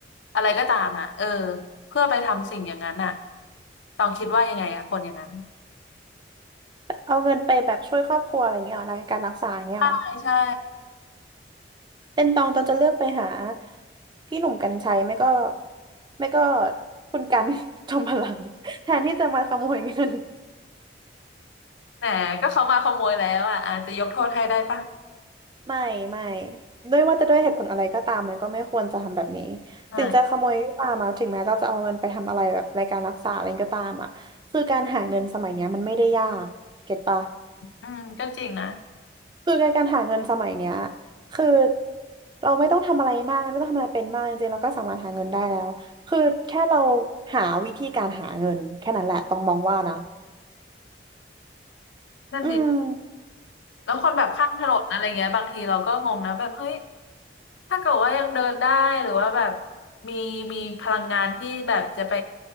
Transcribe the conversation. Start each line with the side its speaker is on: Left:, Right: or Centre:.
Left: อะไรก็ตามอ่ะเออเพื่อไปทำสิ่งอย่างนั้นอ่ะต้องคิดว่ายังไงอ่ะคนอย่างนั้น
Right: เอาเงินไปแบบช่วยครอบครัวอะไรอย่างเงี้ยเหรอรายการรักษาอย่างเงี้ยเหรอ
Left: ใช่ใช่
Right: เป็นตองตองจะเลือกไปหาพี่หนุ่มกรรชัยไม่ก็ไม่ก็คุณกัน <laughs> จอมพลังแทนที่จะมาขโมยเงิน
Left: แหมก็เขามาขโมยแล้วอ่ะอาจจะยกโทษให้ได้ปะ
Right: ไม่ไม่ด้วยว่าจะด้วยเหตุผลอะไรก็ตามมันก็ไม่ควรจะทำแบบนี้
Left: อ่า
Right: ถึงจะขโมยก็ตามมาถึงแม้เราจะเอาเงินไปทำอะไรแบบในการรักษาอะไรก็ตามอ่ะคือการหาเงินสมัยเนี้ยมันไม่ได้ยากเก็ตปะ
Left: อืมก็จริงนะ
Right: คือในการหาเงินสมัยเนี้ยคือเราไม่ต้องทำอะไรมากไม่ต้องทำอะไรเป็นมากจริงๆเราก็สามารถหาเงินได้แล้วคือแค่เราหาวิธีการหาเงินแค่นั้นแหละต้องมองว่านะ
Left: นั่นดิ
Right: อืม
Left: แล้วคนแบบข้ามถนนอะไรเงี้ยบางทีเราก็งงนะแบบเฮ้ยถ้าเกิดว่ายังเดินได้หรือว่าแบบมีมีพลังงานที่แบบจะไป